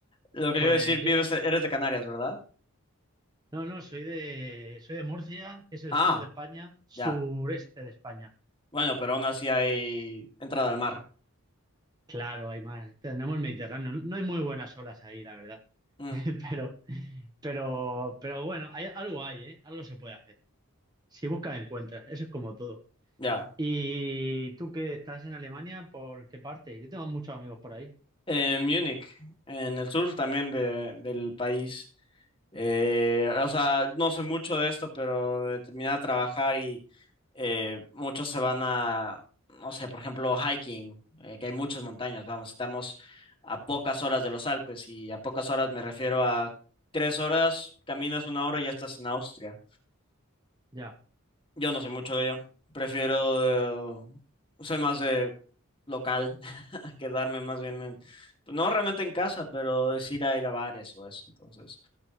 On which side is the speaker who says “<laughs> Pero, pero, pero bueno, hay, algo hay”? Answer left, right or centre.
Right